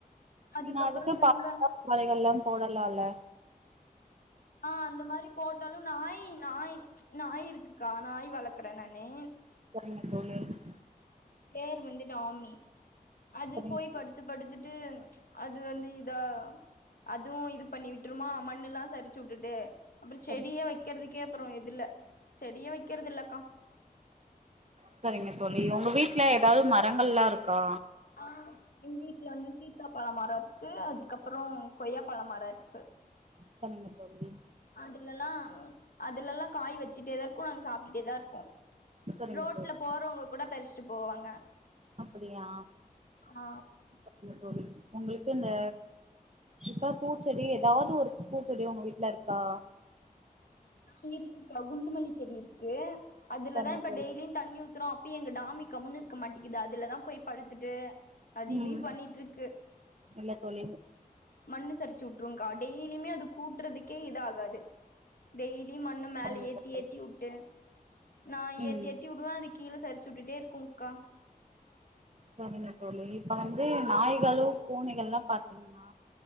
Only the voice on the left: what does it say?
அதுக்கப்றோ
திரும்ப
ஆ அந்த மாரி போட்டாலு நாய் நாய் நாய் இருக்குக்கா நாய் வளர்க்குற நானு
பேர் வந்து டாமி அது
போய்
படுத்து படுத்து ட்டு அது வந்து இதா அதுவு இது பண்ணி விட்ருமா மண்ணுல்லா சரிச் சு உட்டுட்டு அப்புற
செடியே வெய்க்கிறதுக்கே அப்புறோ இதுல்ல செடியே வெய்க்கிறதில்லக்கா
ஆ எங் வீட்ல வந்து சீத்தாபழ மர இருக்கு அதுக்கப்புறோ கொய்யாபழ மர இருக்கு
அதுலெல்லா அதுலெல்லா காய் வெச்சுட்டேதா இருக்கு நாங்க சாப்ட்டுட்டேதா இருப்போ
ரோட்ல
போறவ்ங்க கூட பறிஸ்ட்டு போவாங்க
ஆ
ஆ இருக்குக்கா குண்டுமல்லி செடி இருக்கு அதுலதா
இப்ப
டெய்லியு தண்ணி ஊத்துறோ அப்பியு எங்க டாமி கம்முன்னு இருக்க மாட்டேக்கிது அதுலதா போய் படுத்துட்டு அது
இதி பண்ணிட்ருக்கு
மண்ணு சரிச்சு வுட்ருங்கா டெய்லியுமே அது கூட்டுறதுக்கே இது ஆகாது டெய்லி மண்ணு மேல
ஏத்தி
ஏத்தி வுட்டு நா ஏத்தி
எத்தி வுடுவோ அது கீழ சரிச்சு வுட்டுட்டே இருக்குங்கா